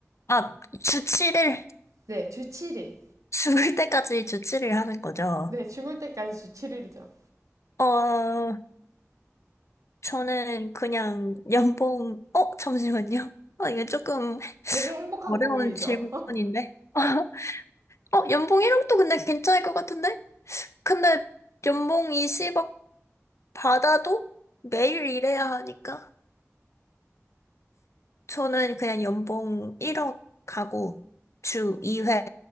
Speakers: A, on the left; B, on the right.
A: 아, 주치를,
B: 네, 주 7일.
A: <laughs> 죽을 때까지 주치를 하는 거죠.
B: 네, 죽을 때까지 주 7일이죠.
A: 어, 저는 그냥 연봉, 어, 잠시만요. 어, 이거 조금
B: 되게 행복한
A: 어려운
B: 고민이죠.
A: 질문인데. <laughs> 어, 연봉 1억도 근데 괜찮을 것 같은데? 근데 연봉 20억 받아도 매일 일해야 하니까. 저는 그냥 연봉 1억 하고 주 2회,